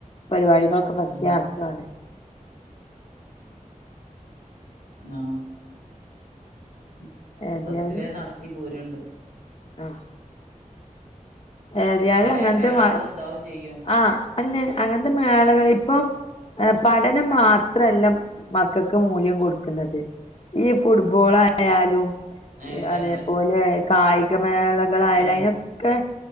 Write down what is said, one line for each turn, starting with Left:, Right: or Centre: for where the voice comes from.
Left: പരിപാടികളൊക്കെ ഫസ്റ്റേ
Right: ഉം
Left: ആക്കാണ്
Right: പിന്നാ ഉം
Left: ഏതായാലും
Right: ഫസ്റ്റിലേ നടത്തി പോര്ണ്ട്
Left: ആഹ് ഏത്യാലും
Right: കൊറേ
Left: അങ്ങനത്തെ
Right: മേളകള്
Left: മ
Right: ഉണ്ടാവും ചെയ്യും
Left: ആഹ അന്നെ അങ്ങനത്തെ മേളകൾ ഇപ്പം അഹ പഠനം മാത്രല്ല മക്കക്ക് മൂല്യം കൊടുക്കുന്നത് ഈ ഫുട്ബോൾ ആയാലും
Right: അല്ലല്ല
Left: അതേപോലെ കായിക മേളകളായാലും
Right: ഉം
Left: അയ്നൊക്കെ